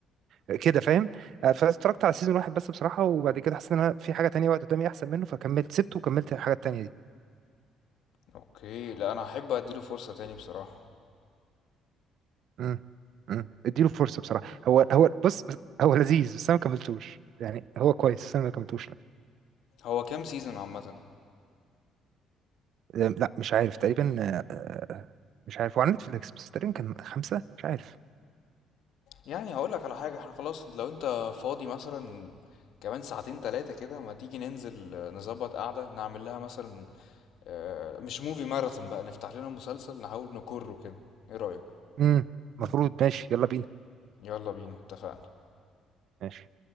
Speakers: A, on the right; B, on the left.
A: وكده فاهم آه، فاتفرجت على سيزون واحد بس بصراحة وبعد كده حسيت ان انا في حاجة تانية وقت قدامي احسن منه فكملت سبته وكملت الحاجة التانية دي
B: اوكي لا انا هحب اديله فرصة تاني بصراحة
A: امم امم اديله فرصه بصراحه هو هو بص بص- هو لذيذ بس انا ما كملتوش يعني هو كويس بس انا ما كملتوش لا
B: هو كام سيزون عامة
A: أم، لا، مش عارف تقريبا آه، آه، مش عارف هو على نتفليكس بس تقريبا كان خمسه مش عارف
B: يعني هقول لك على حاجة احنا خلاص لو انت فاضي مثلا كمان ساعتين تلاتة كده ما تيجي ننزل آه، نظبط قعدة نعمل لها مثلا آه، مش موفي ماراثون بقى نفتح لنا مسلسل نحاول نكره كده ايه رأيك
A: امم المفروض ماشي يلا بينا
B: يلا بينا اتفقنا
A: ماشي